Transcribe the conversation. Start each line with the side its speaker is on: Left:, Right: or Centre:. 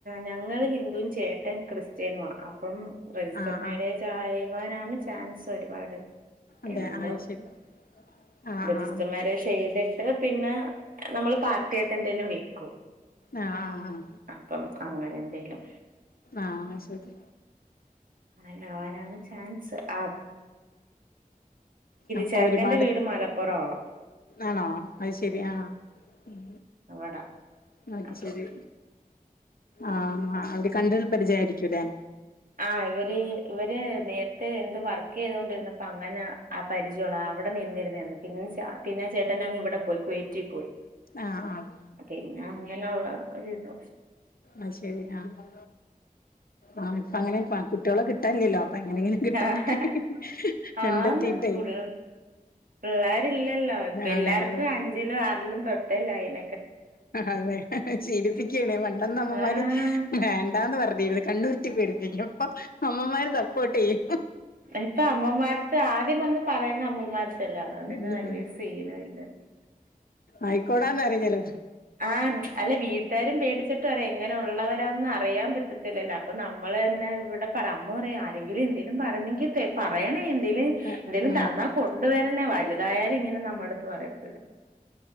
Right: ഞങ്ങള് ഹിന്ദുവും ചേട്ടൻ ക്രിസ്ത്യനുമാ അപ്പം രജിസ്റ്റർ
Left: ആ
Right: മാരേജ്
Left: ആ
Right: ആയവാനാണ് ചാൻസ് ഒരുപാട്
Left: അതെ
Right: എന്തോ
Left: ആ ശരി ആ ആ
Right: രജിസ്റ്റർമാരെജ് ചെയ്ത് ട്ട് പിന്നെ നമ്മള് പാർട്ടിയായിട്ട് എന്തെലും വെക്കും
Left: ആഹ് ആഹ് ആഹ്
Right: അപ്പം അങ്ങനെ എന്തേലും
Left: ആഹ് അയ് ശെരി
Right: അങ്ങനാവാനാണ് ചാൻസ് ആപ്
Left: അപ്പൊ
Right: ചെറുക്കന്റെ
Left: ഒരുപാട്
Right: വീട് മലപ്പുറോ
Left: ആണോ അയ്ശരി ആഹ് ഉം
Right: അവടാ
Left: ഉം അത്
Right: അപ്പൊ
Left: ശരി ആഹ് അവര് കണ്ട്ള്ള പരിചയായിരിക്കൂല്ലേ
Right: ആഹ് ഇവര് ഇവര് നേരത്തെ എന്ത് വർക്ക് ചെയ്തോണ്ടിരുന്നപ്പ അങ്ങനെ പരിചയുള്ള അവിടെ നിന്നിരുന്നന്ന് പിന്നെ ച പിന്നെ ചേട്ടൻ ഞങ്ങ ഇവിടെ പോയി കുവൈറ്റി പോയി
Left: ആഹ് ആഹ്
Right: പിന്ന അങ്ങനെയുള്ള ഒരിത്
Left: അയ്ശരി ആഹ് ആഹ് ഇപ്പ അങ്ങനെ കുട്ടികളെ കിട്ടാനില്ലല്ലോ അപ്പ എങ്ങനെങ്കിലും കിട്ടട്ടെ
Right: ആഹ്
Left: കണ്ടെത്തീട്ടെ
Right: ആന്ന് പുൾ പിള്ളേരില്ലല്ലോ പിള്ളാർക്ക്
Left: അതെ
Right: എല്ലാർക്കും
Left: അതെ
Right: അഞ്ചിലും ആറിലും തൊട്ടെ ലൈൻ
Left: അതെ ചിരിപ്പിക്കാണ് പണ്ടൊന്നും അമ്മമാര്
Right: ആഹ്
Left: വേ ണ്ടാന്ന് പറഞ്ഞിരുന്നു കണ്ണുരുട്ടി പേടിപ്പിക്കും പ്പൊ അമ്മമാര് സപ്പോർട്ട് ചെയ്യും.
Right: ഇപ്പ അമ്മമാരട്ത്ത് ആദ്യം വന്ന് പറയുന്ന അമ്മമാരട്തല്ലേ അതുകൊണ്ട്
Left: ചെയ്യും
Right: തന്നെ വല്യ സീനും ഇല്ല.
Left: ആയിക്കോടാന്നാ പറയല്
Right: ആഹ് അല്ല വീ ട്ടുകാരും പേടിച്ചിട്ട് പറയും എങ്ങനെ ഉള്ളവരാന്ന് അറിയാൻ പറ്റത്തില്ലല്ലോ അപ്പൊ നമ്മൾ തന്നെ ഇവിടെ പറ അമ്മ പറയാ ആരെങ്കിലും എന്തേലും പറഞ്ഞെങ്കി ത്തെ പറയണേ എന്തേലും
Left: ആഹ്
Right: എന്തേലും തന്നാ കൊണ്ട് വരണേ വലുതായാലും ഇങ്ങനെ നമ്മുടെ അടുത്ത് പറയത്തില്ല.